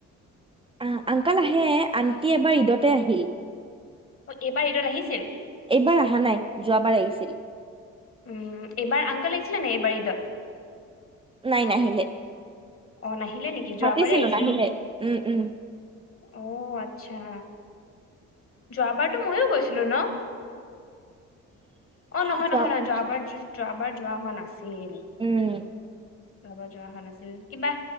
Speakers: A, on the right; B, on the left.
A: আ' আংকল আহে আন্তি এবাৰ ঈদতে আহিল।
B: অ' এইবাৰ ঈদত আহিছিল।
A: এইবাৰ আহা নাই যোৱাবাৰ আহিছিল।
B: উম, এইবাৰ আংকল আহিছিলে নে এইবাৰ ঈদত।
A: নাই নাহিলে,
B: অ নাহিলে নেকি যোৱাবাৰে
A: মাতিছিলো
B: আহিছিল
A: নাহিলে উম, উম।
B: অ' আতচ্ছা। যোৱাবাৰটো ময়ো গৈছিলোঁ ন'। অ' নহয়
A: উম
B: নহয় নহয় যোৱাবাৰ যো যোৱাবাৰ যোৱা হোৱা নাছিল।
A: উম।
B: <inaudible> যোৱাবাৰ যোৱা হোৱা নাছিল কিবা